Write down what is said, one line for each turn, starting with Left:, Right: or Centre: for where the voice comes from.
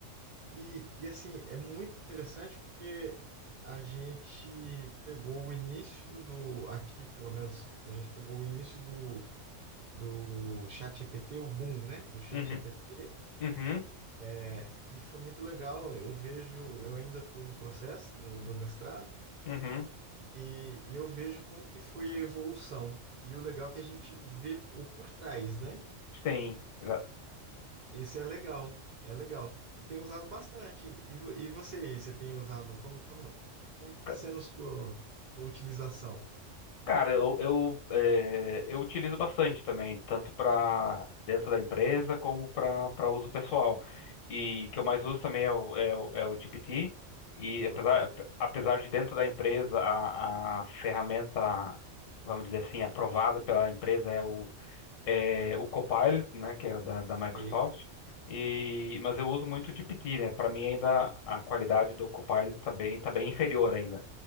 Right: E, e assim, é muito interessante porque a gente pegou o início do, aqui pelo menos, a gente pegou o início do, do ChatGPT, o boom, né, do ChatGPT,
Left: Uhum. Uhum,
Right: é, e foi muito legal. Eu vejo, eu ainda estou no processo do, do mestrado,
Left: uhum.
Right: E, e eu vejo como que foi a evolução. E o legal é que a gente vê o por trás, né?
Left: Sim. Exa-
Right: Isso é legal, é legal. E tem usado bastante. E, vo- e você, você tem usado, como, como, como que está
Left: ca-
Right: sendo sua, sua utilização?
Left: Cara, eu, eu, eh, eu utilizo bastante também, tanto para dentro da empresa como para para uso pessoal. E que eu mais uso também é o, é o, é o GPT. E apesar,
Right: Ok,
Left: apesar de dentro da empresa a, a ferramenta, vamos dizer assim, aprovada pela empresa é o, é o Copilot, né, que é da, da Microsoft.
Right: ok.
Left: E, mas eu uso muito o GPT, né? Para mim ainda a qualidade do Copilot tá bem, tá bem inferior ainda.